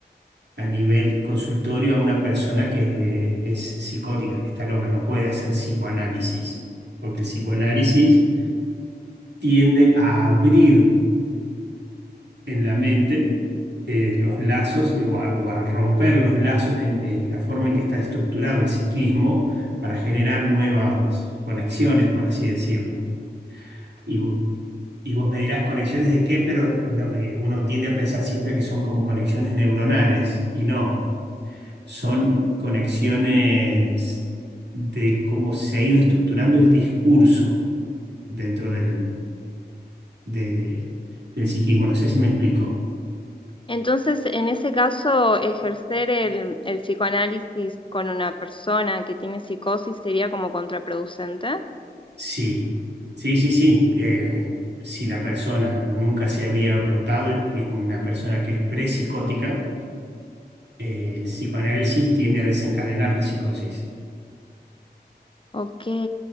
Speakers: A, on the right; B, on the left.
A: a nivel consultorio a una persona que es psicótica, que está loca, no puede hacer psicoanálisis, porque el psicoanálisis tiende a abrir en la mente. eh, los lazos y- o a, o a romper los lazos en eh, la forma en que está estructurado el psiquismo para generar nuevas conexiones, por así decirlo. y Y vos me dirás conexiones de qué, pero no, eh, uno tiende a pensar siempre que son como conexiones neuronales y no, son conexiones de cómo se ha ido estructurando el discurso dentro del, de- del psiquismo. No sé si me explico.
B: Entonces, en ese caso, ejercer el, el psicoanálisis con una persona que tiene psicosis sería como contraproducente.
A: Sí, sí, sí, sí. Eh, si la persona nunca se había brotado y es una persona que es prepsicótica, eh, el psicoanálisis tiende a desencadenar la psicosis.
B: Ok.